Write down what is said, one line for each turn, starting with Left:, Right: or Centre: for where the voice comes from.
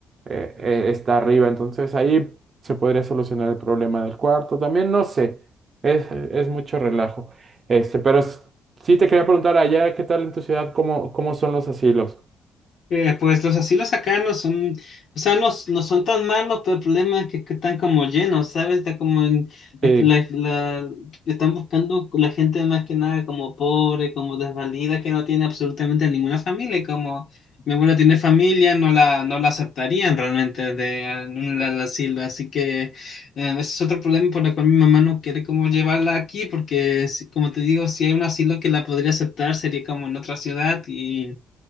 Right: eh, eh, está arriba, entonces ahí se podría solucionar el problema del cuarto. También no sé, es, es mucho relajo. Este, pero s- sí te quería preguntar, allá, ¿qué tal en tu ciudad? ¿Cómo, cómo son los asilos?
Left: Eh, pues los asilos acá no son, o sea, no, s- no son tan malos, pero el problema es que, que están como llenos, ¿sabes? Está como en-
Right: Sí,
Left: la, la- están buscando la gente más que nada como pobre, como desvalida, que no tiene absolutamente ninguna familia, y como mi abuela tiene familia, no la, no la aceptarían realmente de a- en un asilo, así que eh, ese es otro problema por el cual mi mamá no quiere como llevarla aquí, porque si- como te digo, si hay un asilo que la podría aceptar, sería como en otra ciudad y...